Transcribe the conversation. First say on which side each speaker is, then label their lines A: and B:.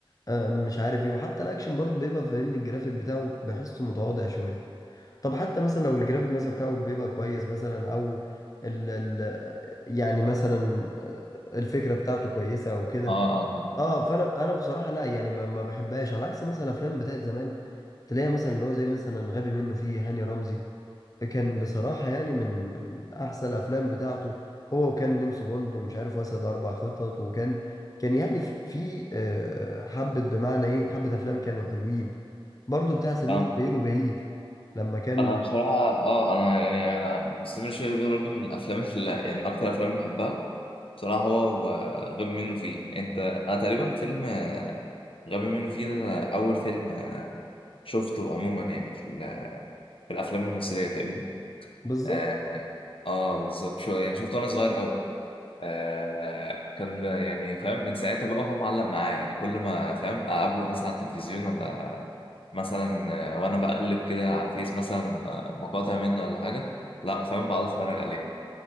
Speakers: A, on the left; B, on the left.
A: آه، مش عارف ايه وحتى الاكشن برضه بيبقى فاهمني الجرافيك بتاعه بحسه متواضع شويه طب حتى مثلا لو الجرافيك مثلا بتاعه بيبقى كويس مثلا او ال ال يعني مثلا آه، الفكره بتاعته كويسه او كده
B: اه اه فاهم
A: اه فانا انا بصراحه لا يعني ما, ما بحبهاش على عكس مثلا الافلام بتاعت زمان تلاقيها مثلا اللي هو زي مثلا غبي منه فيه هاني رمزي كان بصراحه يعني من من احسن الافلام بتاعته هو وكان نمس بوند ومش عارف واسد اربع خطط وكان كان يعني في في، آه، حبه بمعنى ايه حبه افلام كانوا حلوين برضو بتاع سمير
B: فاهم.
A: وشهير وبهير لما كان
B: انا بصراحه اه انا يعني انا مستمر شويه بيه برضه من الافلام <laughs> اللي يعني من اكتر الافلام اللي بحبها بصراحه هو هو غبي منه فيه انت انا تقريبا فيلم آه، غبي منه فيه ده ده اول فيلم آه، شفته عموما يعني في ال- في الافلام المصريه فاهمني
A: بالظبط
B: اه آه، بالظبط شو يعني شفته وانا صغير قوي آه كان ب- يعني فاهم من ساعتها بقى هو معلق معايا يعني كل ما فاهم اقابله مثلا على التلفزيون ولا مثلا آه، وانا بقلب كده على الفيس مثلا آه، مقاطع منه ولا حاجه لا فاهم بقعد اتفرج عليه